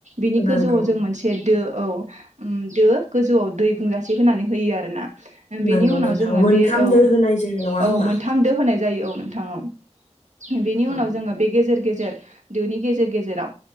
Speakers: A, on the right; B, on the left.
A: बिनि
B: नंगौ
A: गोजौआव जों मोनसे दो औ दो गोजौआव दै बुंजासे होनानै होयो आरोना बेनि
B: नंगौ
A: उनाव
B: नोंथां
A: जोङो
B: मोनथाम
A: बे औ
B: दो होनाय जायो नङा
A: औ
B: होमबा
A: मोनथाम दो होनाय जायो औ नोंथां औ बेनि
B: औ
A: उनाव जोङो बे गेजेर गेजेर दोनि गेजेर गेजेराव